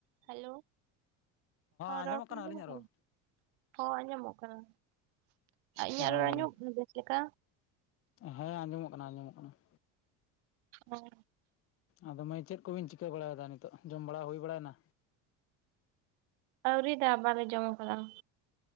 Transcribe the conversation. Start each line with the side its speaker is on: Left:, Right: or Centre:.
Right: ᱦᱮᱞᱳ ᱦᱚᱸ
Left: ᱟᱸᱡᱚᱢᱚᱜ
Right: ᱨᱚᱲ ᱠᱚ ᱟᱡᱚᱢᱚᱜ
Left: ᱟᱹᱞᱤᱧᱟᱜ
Right: ᱠᱟᱱᱟ?
Left: ᱨᱚᱲ?
Right: ᱦᱚᱸ ᱟᱸᱡᱚᱢᱚᱜ ᱠᱟᱱᱟ, ᱟᱨ ᱤᱧᱟᱹᱜ
Left: ᱦᱮᱸ
Right: ᱨᱚᱲ ᱟᱸᱡᱚᱢᱚᱜ ᱠᱟᱱᱟ ᱵᱮᱥ ᱞᱮᱠᱟ ᱾
Left: ᱦᱮᱸ ᱟᱸᱡᱚᱢᱚᱜ ᱠᱟᱱᱟ ᱟᱸᱡᱚᱢᱚᱜ ᱠᱟᱱᱟ ᱾
Right: ᱚ ᱾
Left: ᱟᱫᱚ ᱢᱟᱹᱭ ᱪᱮᱫ ᱠᱚ ᱵᱮᱱ ᱪᱤᱠᱟᱹ ᱵᱟᱲᱟᱭᱮᱫᱟ ᱱᱤᱛᱚᱜ ᱡᱚᱢ ᱵᱟᱲᱟ ᱦᱩᱭ ᱵᱟᱲᱟᱭᱮᱱᱟ?
Right: ᱟᱹᱣᱨᱤ ᱫᱟ ᱵᱟᱞᱮ ᱡᱚᱢ ᱠᱟᱫᱟ ᱾